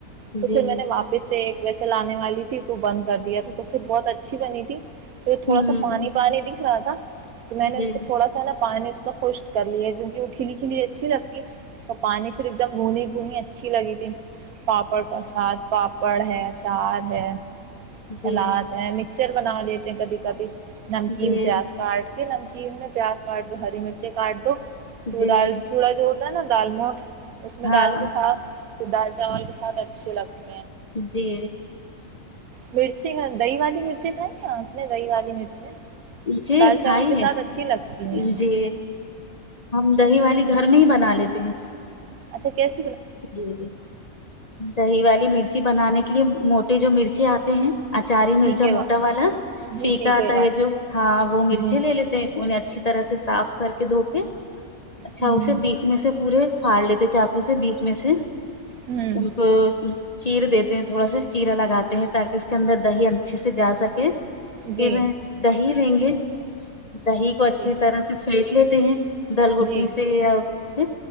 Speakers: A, on the left (about 35°); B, on the right (about 80°).
A: جی
B: تو پھر میں نے واپس سے ویسے لانے والی تھی تو بند کر دیا تھا تو پھر بہت اچھی بنی تھی تو تھوڑا
A: ہوں
B: سا پانی پانی دکھلاات تھا تو میں
A: جی
B: نے اس کو تھوڑا سا نا پانی خوشک کر لی ہے کیونکہ وہ کھلی کلیے اچھی لگتی ہے اس کو پانی صر ایک دم بھونی بھنی اچھی لگی تھی پاپڑ پرساد پاپ پڑ ہے چار ہے
A: جی
B: سلاد
A: جی
B: ہے م پچر بنا لیتے ہیں کبھی کبھی نمکین
A: جی
B: پیاز کاٹ کے نمکین کھیر میں پیاز پاٹ دو ہری مرچ کارڈک
A: جی
B: تو دال چوڑا جو نا دال موٹ اس میں
A: ہاں
B: ڈال کے ساف تو ڈال چاول کے ساتھ اچھے لگتی
A: جی
B: مرچی دہی والی مرچی کھائی ہیں آپ نے دہی والی مرچیں
A: جی
B: دال
A: کھائی
B: چاول کے ساتھ
A: ہے
B: اچھی لگتی ہیں
A: جی ہم دہی والی گھر میں ہی بنا لیتے ہیں
B: اچھا کیسے
A: جی جی دہی والی مرچ چی بنانے کے لیے موٹے جو مرچے آتے ہیں اچاری
B: پھیکے
A: مرچا
B: وا
A: موٹا والا
B: جی
A: پیکا
B: پھیکے
A: آتا
B: وا
A: ہے جو ہاں وہ مرچیں
B: جی
A: لے لیتے ہیں انہیں اچھی طرح سے صاف کر کے دھوکے اچھا
B: ہوں
A: اسے بیچ میں سے پورے پھڑ لیتے چقو سے بیچ ویسے
B: ہوں
A: ا چییر دیتے ہیں تھوڑا سا چیرا لگاتے ہیں تاکہ اس کے اندر دہی اچھے سے جا سکے
B: جی
A: پ میں دہی لیں گے دہی کو اچھی
B: جی
A: طرح سے پھینک لیتے ت دال گٹنی
B: جی
A: سے یا اس سے